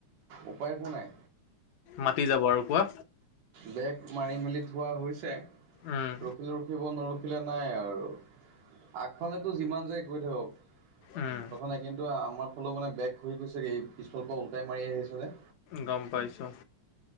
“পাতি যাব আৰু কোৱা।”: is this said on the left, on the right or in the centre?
Left